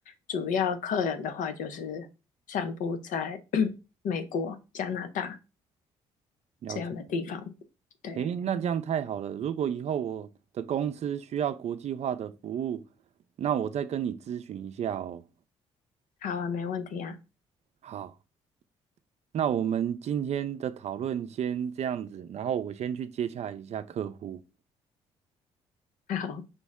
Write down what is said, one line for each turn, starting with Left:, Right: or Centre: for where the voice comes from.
Left: 主要客人的话，就是散布在 <clears throat> 美国、加拿大
Right: 了解，
Left: 这样的地方。对，
Right: 诶，那这样太好了。如果以后我的公司需要国际化的服务，那我再跟你咨询一下哦。
Left: 好啊，没问题啊，
Right: 好，那我们今天的讨论先这样子，然后我先去接洽一下客户。
Left: <laughs> 好。